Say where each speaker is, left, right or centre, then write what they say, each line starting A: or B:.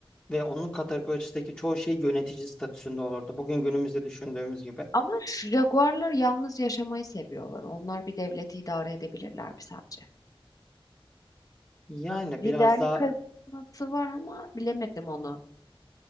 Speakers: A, on the left (about 15°); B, on the left (about 35°).
A: ve onun kategorisindeki çoğu şey yönetici statüsünde olurdu. Bugün günümüzde düşündüğümüz gibi.
B: Ama Jaguar'lar yalnız yaşamayı seviyorlar. Onlar bir devleti idare edebilirler mi sence?
A: Yani
B: Liderlik
A: biraz daha
B: karizması var ama bilemedim onu.